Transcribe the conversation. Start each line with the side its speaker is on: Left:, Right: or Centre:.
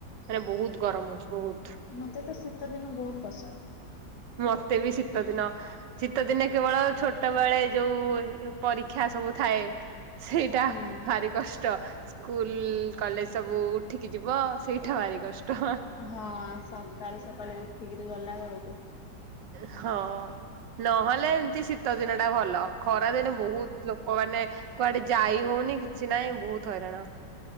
Right: ମାନେ ବହୁତ ଗରମ ହଉଛି ବହୁତ।
Left: ମୋତେ ତ ଶୀତଦିନ ବହୁତ ପସନ୍ଦ।
Right: ମୋତେ ବି ଶୀତଦିନ। ଶୀତ ଦିନେ କେବଳ ଛୋଟ ବେଳେ ଯୋଉ ଏ ପରୀକ୍ଷା ସବୁ ଥାଏ। ସେଇଟା
Left: ହୁଁ
Right: ଭାରି କଷ୍ଟ ସ୍କୁଲ୍ କଲେଜ୍ ସବୁ ଉଠିକି ଯିବ ସେଇଠା ଭାରି କଷ୍ଟ।
Left: ହଁ ସକାଳୁ ସକାଳୁ ଉଠିକିରି ଗଲା ବେଳକୁ।
Right: ହଁ ନହେଲେ ଏମତି ଶୀତ ଦିନ ଟା ଭଲ। ଖରାଦିନେ ବହୁତ ଲୋକମାନେ କୁଆଡେ ଯାଇ ହଉନି, କିଛି ନାହିଁ ବହୁତ ହଇରାଣ।